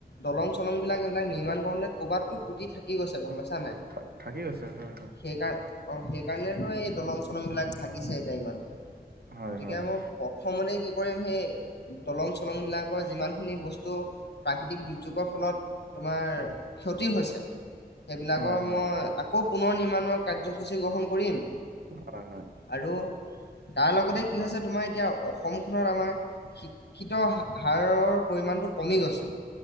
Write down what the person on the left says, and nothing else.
দলং চলং বিলাক এইবিলাক নিৰ্মাণ কৰোতে কোবাতটো ফুটি থাকি গৈছে গম পাইছা? চানে,
সেইকাৰ অ সেইকাৰণেতো এই দলং চলং বিলাক ভাগিছে। ই গতিকে
মই প্ৰথমতে কি কৰিম সেই দলং চলং বিলাকৰ যিমানখিনি বস্তু, প্ৰাকৃতিক দুৰ্যোগৰ ফলত তোমাৰ ক্ষতি হৈছে সেইবিলাকৰ
মই আকৌ পুনৰ নিৰ্মাণৰ কাৰ্যসূচী গ্ৰহণ কৰিম
আৰু তাৰ লগতে কি হৈছে তোমাৰ এতিয়া অসমখনত আমাৰ শিক্ষিত হাৰৰ পৰিমাণটো কমি গৈছে।